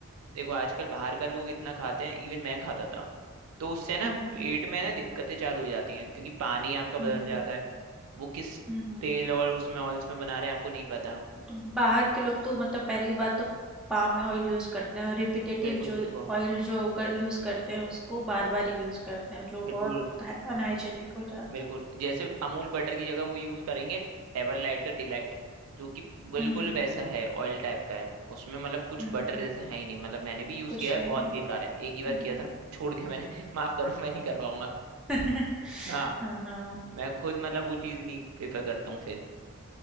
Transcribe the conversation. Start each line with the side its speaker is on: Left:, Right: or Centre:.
Right: देखो आजकल बाहर का लोग इतना खाते हैं इवन मैं खाता था तो उससे ना
Centre: हम्म हम्म
Right: पेट में ना दिक्कतें चालू हो जाती हैं क्योंकि पानी आपका
Centre: हम्म
Right: बदल
Centre: हम्म
Right: जाता है वो किस
Centre: हम्म हम्म।
Right: तेल और उसमें ऑयल्स में बना रहे हैं आपको नहीं पता
Centre: तो बाहर के लोग तो मतलब पहली बात तो पाम ऑयल यूज़ करते हैं और रिपीटेटिव
Right: बिल्कुल
Centre: जो
Right: बिल्कुल
Centre: ऑयल जो कर, यूज़ करते हैं उसको बार बार ही यूज़ करते हैं जो
Right: बिल्कुल
Centre: बहुत अनहाइजेनिक हो जाता
Right: बिल्कुल
Centre: है
Right: जैसे अमूल बटर की जगह वो यूज करेंगे एवरलाइट का डिलाइट जो कि बिल्कुल
Centre: हम्म हम्म
Right: वैसा है ऑयल टाइप का है उसमें मतलब कुछ
Centre: हम्म हम्म,
Right: बटर
Centre: हम्म,
Right: जैसा है ही नहीं मतलब मैंने भी यूज
Centre: कुछ
Right: किया है
Centre: नहीं
Right: बहुत
Centre: है
Right: बेकार है एक ही बार
Centre: हाँ
Right: किया
Centre: हाँ
Right: था छोड़ दिया मैंने <laughs> माफ करो मैं नहीं कर पाऊंगा
Centre: <laughs>
Right: हाँ
Centre: हाँ, हाँ,
Right: मैं खुद मतलब वो चीज नहीं प्रेफर करता हूँ फिर